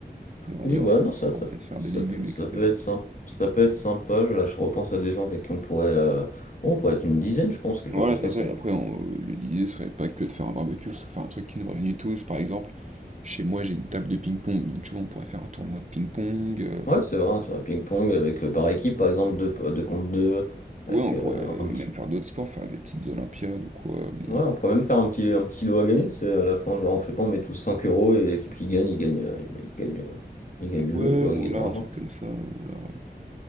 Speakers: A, on the right (about 40°); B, on the left (about 50°).
A: Il y aura,
B: Oui,
A: il y aura
B: voilà,
A: tout
B: non, ça,
A: pour
B: ça,
A: faire
B: ça
A: des légumes,
B: peut,
A: etc.
B: ça peut être sympa, ça peut être sympa, je- là, je repense à des gens avec qui on pourrait, euh, on pourrait être une dizaine, je pense, quelque
A: Voilà,
B: chose
A: c'est
B: comme
A: ça.
B: ça.
A: Et après, on- euh, l'idée serait pas que de faire un barbecue, c'est faire un truc qui nous réunit tous, par exemple. Chez moi, j'ai une table de ping-pong, donc tu vois, on pourrait faire un tournoi de ping-pong. euh,
B: Ouais, c'est vrai, un tour à ping-pong avec, euh, par équipe, par exemple, deux, po- deux contre deux, avec
A: Ouais, on
B: euh,
A: pourrait euh,
B: un petit
A: même faire d'autres sports, faire des petites Olympiades ou quoi. Bon,
B: Ouais, on pourrait même faire un petit, un petit lot à gagner, tu sais, à la fin, genre, je sais pas, on met tous 5 euros et l'équipe qui gagne, il gagne, euh, il bah, il gagne, euh, il gagne le
A: ouais,
B: lot, quoi,
A: voilà,
B: il gagne l'argent.
A: un truc comme ça. Ou alors,